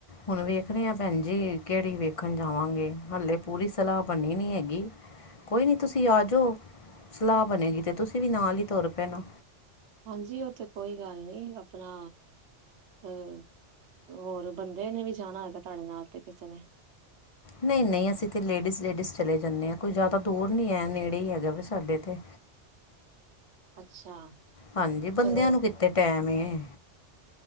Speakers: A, on the left; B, on the right.
A: ਹੁਣ ਵੇਖਦੇ ਹਾਂ ਭੈਣ ਜੀ ਕੀ ਕਿਹੜੀ ਵੇਖਣ ਜਾਵਾਂਗੇ, ਹਾਲੇ ਪੂਰੀ ਸਲਾਹ ਬਣੀ ਨਹੀਂ ਹੈਗੀ। ਕੋਈ ਨਹੀਂ ਤੁਸੀਂ ਆ ਜਾਓ ਸਲਾਹ ਬਣੇਗੀ ਤੇ ਤੁਸੀਂ ਵੀ ਨਾਲ ਹੀ ਤੁਰ ਪੈਣਾ।
B: ਹਾਂਜੀ। ਉਹਥੇ ਕੋਈ ਗੱਲ ਨਹੀਂ ਆਪਣਾ ਹ ਹੋਰ ਬੰਦੇ ਨੇ ਵੀ ਜਾਣਾ ਹੈਗਾ ਤੁਹਾਡੇ ਨਾਲ ਤੇ ਕਿਸੇ ਨੇ
A: ਨਹੀਂ ਨਹੀਂ ਅਸੀਂ ਤੇ ਲੇਡੀਜ਼ ਲੇਡੀਜ਼ ਚਲੇ ਜਾਂਦੇ ਹਾਂ। ਕੋਈ ਜ਼ਿਆਦਾ ਦੂਰ ਨਹੀਂ ਹੈ ਨੇੜੇ ਹੀ ਹੈਗਾ ਵ ਸਾਡੇ ਤੋ
B: ਅੱਛਾ
A: ਹਾਂਜੀ ਬੰਦਿਆਂ
B: ਚਲੋ
A: ਨੂੰ ਕਿੱਥ ਟੈਮ ਏ